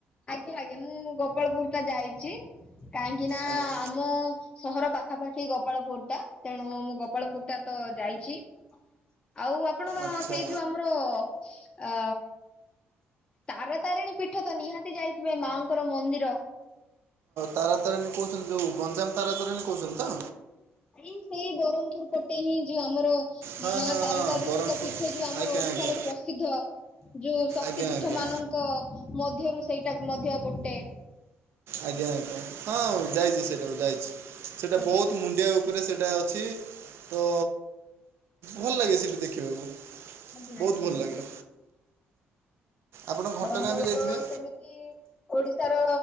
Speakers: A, on the left (about 25°); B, on the right (about 75°).
A: ଆଜ୍ଞା ଆଜ୍ଞା ମୁଁ ଗୋପାଳପୁର ଟା ଯାଇଛି କାହିଁକି ନା
B: ଆଜ୍ଞା
A: ଆମୁ ସହର ପାଖାପାଖି ଗୋପାଳପୁର ଟା ତେଣୁ ମୁଁ ଗୋପାଳପୁରଟା ତ ଯାଇଛି। ଆଉ ଆପଣ
B: ଆଚ୍ଛା
A: ସେଇ ଯୋଉ ଆମର ଅ ତାର ତାରିଣୀ ପୀଠ ତ ନିହାତି ଯାଇଥିବେ ମାଙ୍କର ମନ୍ଦିର।
B: ତାରା ତାରିଣୀ କହୁଛନ୍ତି ଯୋଉ ଗଞ୍ଜାମ ତାରାତାରିଣୀ କହୁଛନ୍ତି ତ?
A: ଇ ସେଇ ବ୍ରରହମ୍ପପୁର ପଟେ ହିଁ ଯୋଉ ଆମର
B: ହଁ
A: ମା
B: ହଁ
A: ତାର
B: ହଁ
A: ତାରିଣୀଙ୍କ
B: ବରହମପୁର
A: ପୀଠ ଯୋଉ ଆମର
B: ଆଜ୍ଞା
A: ଓଡିଶାରେ
B: ଆଜ୍ଞା
A: ପ୍ରସିଦ୍ଧ ଯୋଉ ଶକ୍ତି
B: ଆଜ୍ଞା
A: ପୀଠ
B: ଆଜ୍ଞା
A: ମାନଙ୍କ କ ମଧ୍ୟରୁ ସେଇଟା ମଧ୍ୟ ଗୋଟେ
B: ଆଜ୍ଞା ଆଜ୍ଞା ହଁ ଯାଇଛି ସେଇଟାକୁ ଯାଇଛି ସେଇଟା
A: ଆଜ୍ଞା।
B: ବହୁତ
A: ଆଜ୍ଞା
B: ମୁଣ୍ଡିଆ ଉପରେ ସେଇଟା ଅଛି। ତ ଭଲ ଲାଗେ ସେଠି ଦେଖିବାକୁ।
A: ଆଜ୍ଞା
B: ବହୁତ
A: ଆଜ୍ଞା
B: ଭଲ
A: ଆଜ୍ଞା
B: ଲାଗେ ଆପଣ ଘଟଗାଁ
A: ଆଉ ଆମର
B: ବି ଯାଇଥିବେ
A: ତ ସେମିତି ଓଡିଶାର